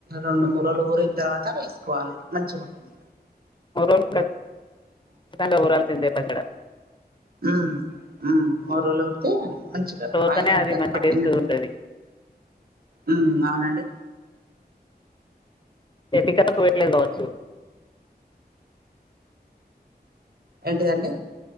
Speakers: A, on the right; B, on the left.
A: రెండు మూడు రోజులు ఊరిన తర్వాత వేసుకోవాలి మంచిగా ఉంటుంది
B: మూరు రోజులు ఖచ్చితంగా ఉరాలి ఇదే పెట్టడ
A: హ్మ్ మూడు రోజలు ఊరితే మంచిగా
B: తోతనే
A: ఆయిల అంత
B: అది
A: దానికి
B: మంచి
A: పట్టిన
B: టేస్ట్ ఉంటది
A: ఉ అవునండి
B: ఎతికకు పెట్లే కావచ్చు
A: ఏంటిదండి